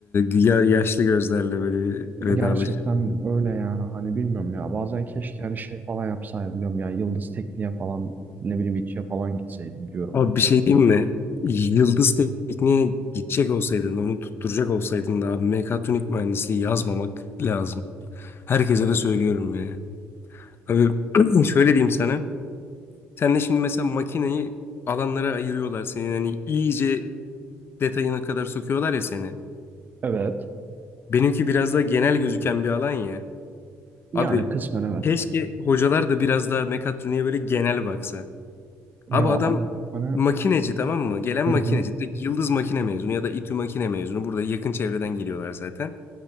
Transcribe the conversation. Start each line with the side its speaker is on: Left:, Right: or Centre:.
Left: e, ya- yaşlı gözlerle böyle bir vedalaşıyorum.
Right: Gerçekten öyle yani hani bilmiyorum ya bazen keşke hani şey falan yapsaydım diyorum ya Yıldız Tekniğe falan ne bileyim İTÜ'ye falan gitseydim diyorum
Left: Abi
Right: ya.
Left: bir şey diyeyim mi? Yıldız Tekniğe gidecek olsaydın, onu tutturacak olsaydın da abi mekatronik mühendisliği yazmamak lazım. Herkese de söylüyorum ya. Abi <clears throat> şöyle diyeyim sana. Sen de şimdi mesela makineyi alanlara ayırıyorlar seni. Hani iyice detayına kadar sokuyorlar ya seni.
Right: Evet.
Left: Benimki biraz daha genel gözüken bir alan ya.
Right: Yani
Left: Abi
Right: kısmen evet.
Left: keşke hocalar da biraz daha mekatroniğe böyle genel baksa.
Right: Ya
Left: Abi adam
Right: abi, hani
Left: makineci tamam mı? Gelen
Right: hı
Left: makineci.
Right: hı
Left: Direkt Yıldız makine mezunu ya da İTÜ makine mezunu. Burada yakın çevreden geliyorlar zaten.